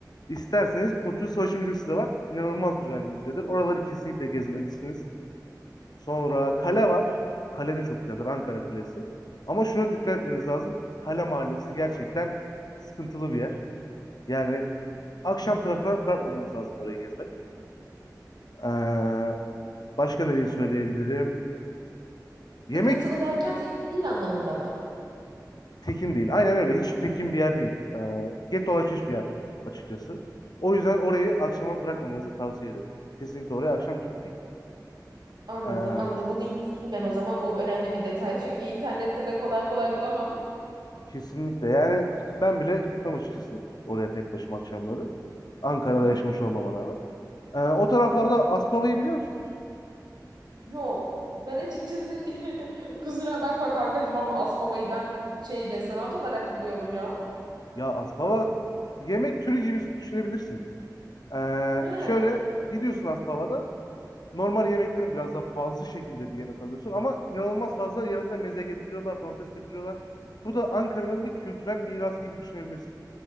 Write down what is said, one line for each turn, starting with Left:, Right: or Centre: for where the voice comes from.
Left: isterseniz Kurtuluş Savaşı Müzesi de var. İnanılmaz güzel bir müzedir. Oraları kesinlikle gezmelisiniz. Sonra kale var. Kale de çok güzeldir. Ankara Kalesi. Ama şuna dikkat etmeniz lazım. Kale Mahallesi gerçekten sıkıntılı bir yer. Yani akşam
Right: Hmm.
Left: tarafına bırakmamanız lazım orayı gezmek. Ee, başka nereyi söyleyebilirim?
Right: Sıkıntılı
Left: Yemek
Right: derken tekil değil anlamında mı?
Left: tekin değil. Aynen öyle. Hiç tekin bir yer değil. Ee, get dolaşmış bir yer açıkçası. O yüzden orayı akşama bırakmamanızı tavsiye ederim. Kesinlikle oraya akşam gitmeyin.
Right: Anladım,
Left: Ee,
Right: anladım. Bunu yazayım ben o zaman. Bu önemli bir detay. <laughs> Çünkü internette de kolay kolay bulamam.
Left: kesinlikle. Yani ben bile gitmem açıkçası oraya tek başıma akşamları. Ankara'da
Right: Hı hı.
Left: yaşamış olmama rağmen. Ee, o taraflarda Aspava'yı biliyor musunuz?
Right: Yok. Ben açıkçası <laughs> kusura bakma kankacığım ama Asbaba'yı ben şey restoran olarak biliyordum ya.
Left: Ya Aspava yemek türü gibi düşünebilirsin. Ee,
Right: Hı.
Left: şöyle gidiyorsun Aspava'da. normal yemeklerin biraz daha pahalı şekilde bir yemek alıyorsun ama inanılmaz fazla yanında meze getiriyorlar, domates getiriyorlar. Bu da Ankara'nın bir kültürel mirası gibi düşünebilirsin.